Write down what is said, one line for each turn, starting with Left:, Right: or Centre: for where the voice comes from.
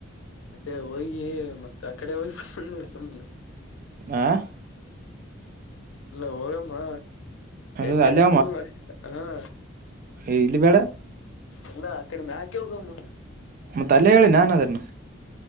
Left: ಅದೇ ಹೋಗಿ ಮತ್ತ್ ಆ ಕಡೆ ಹೋಗ್ಬನ್ನಿ ಸುಮ್ಮನೆ.
Right: ಆಂ
Left: ಇಲ್ಲ ಹೋಗಮ
Right: ಅಲ್ಲ
Left: ಎಡ್
Right: ಅಲ್ಲೇ
Left: ಎಡ್ ಹಾಕಂದ ಹ
Right: ಏ ಇಲ್ಲಿ ಬೇಡ.
Left: ಎಲ್ಲ ಆ ಕಡೆ ಮ್ಯಾಕೆ ಹೋಗಮ್
Right: ಮತ್ ಅಲ್ಲೇ ಹೇಳಿ ನಾನ್ ಅದನ್ನ.